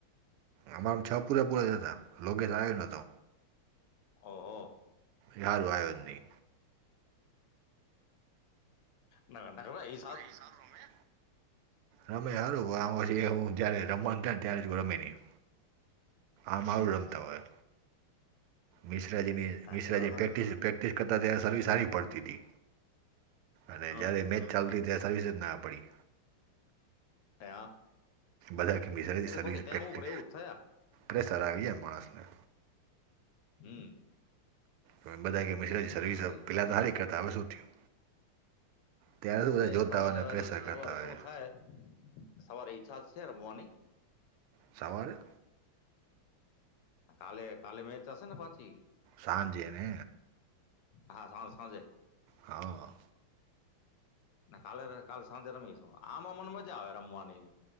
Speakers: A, on the right; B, on the left.
A: અમારામ છ પૂરા પૂરા જતા લોગસ આવ્યો નતો.
B: ઓહો!
A: યાર વાયો નહી.
B: ના ના ના એ!
A: એ સારું રમે! રમે હારું આમાં પછી હું જયારે રમવાનું ત ને ત્યારે જ રમે નહીં. આમરું રમતા હોય. મિશ્રાજીની
B: હા
A: મિશ્રાજીની
B: એ વાત સાચી
A: પ્રેક્ટિસ પ્રેક્ટિસ કરતા ત્યારે સર્વી સારી પડતી હતી. અને
B: હા
A: જ્યારે મેચ ચાલતી ત્યારે સારી રીત ના પડી.
B: હે, હા
A: બધા કે મિઝાયતી
B: એ તો
A: સર્વિઝપેક્ટ
B: પછી ટાઈમ ઉપર એવું જ થયા
A: પ્રેસર આવી જાય એમ માણસને.
B: હમ!
A: તો બધાં કે મશ્રજી સર્વિસ
B: આવી
A: પહેલા તો ખારીક કરતા, હવે શું થયું? ત્યારે
B: હ
A: શું બધા
B: જોઈ
A: જોતા
B: સવારે
A: હોય ને
B: વારી
A: પ્રેશર કરતા
B: સવારે
A: હોય
B: શું થાય. સવાર ઈચ્છા છે રમવાની
A: સવારે?
B: કાલે કાલે મેચ હશે ને પાછી--'
A: સાંજે ને
B: હા, સાજ સાંજે.
A: હા!
B: ને કાલે કાલ સાંજે રમીશું. આમાં મને મજા આવે રમવાની.